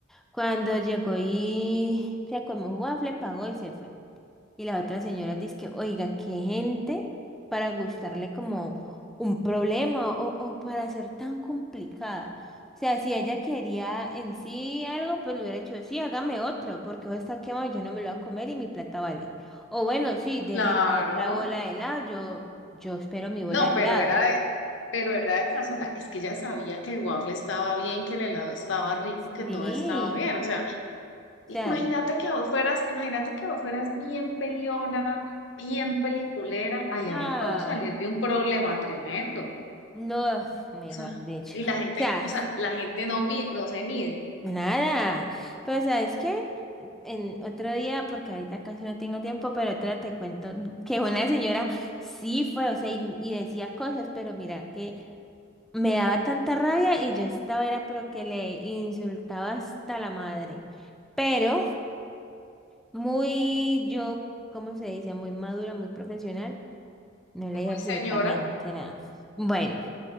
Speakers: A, in the centre; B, on the left.
A: Cuando llegó y se comió un waffle, pagó y se fue. Y la otra señora dice que, oiga, qué gente para gustarle como un problema o, o para ser tan complicada. O sea, si ella quería en sí algo, pues le hubiera dicho, sí, hágame otro, porque hoy está quemado, yo no me lo voy a comer y mi plata vale. O bueno, sí, deme
B: Claro.
A: la otra bola de helado, yo, yo espero mi bola
B: No,
A: de
B: pero
A: helado.
B: era de, pero era de casa, o sea, es que ella sabía que el waffle estaba bien, que el helado estaba rico,
A: Sí,
B: que todo estaba bien, o sea, imagínate
A: o sea,
B: que vos fueras, imagínate que vos fueras bien peleona, bien peliculera, ahí
A: ah,
B: habían podido salir de un problema tremendo, o
A: no, mejor
B: sea,
A: dicho.
B: y la gente,
A: O sea,
B: o sea, la gente no, mi- no se mide,
A: Nada, pero ¿sabes qué? En otro día, porque ahorita casi no tengo tiempo, pero otra te cuento que una señora sí fue, o sea, y, y decía cosas, pero mira, que me daba tanta rabia y yo estaba, era pero que le insultaba hasta la madre, pero muy, yo, ¿cómo se dice? Muy madura, muy profesional, no le
B: muy
A: dije absolutamente
B: señora,
A: nada. Bueno.